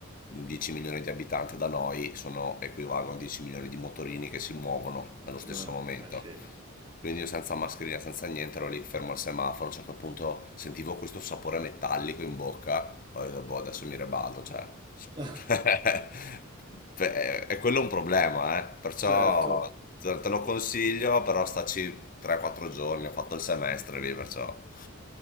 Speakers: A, on the left; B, on the right.
A: 10 milioni di abitanti da noi sono, equivalgono a 10 milioni di motorini che si muovono nello stesso
B: Ah,
A: momento.
B: eh sì.
A: Quindi io senza mascherina, senza niente, ero lì fermo al semaforo. A un certo punto sentivo questo sapore metallico in bocca. Ho detto, boh, adesso mi ribalto, cioè...
B: <laughs>
A: <laughs> Beh, E quello è un problema, eh. Perciò
B: Certo.
A: te te lo consiglio, però staci 3-4 giorni. Ho fatto il semestre lì, perciò...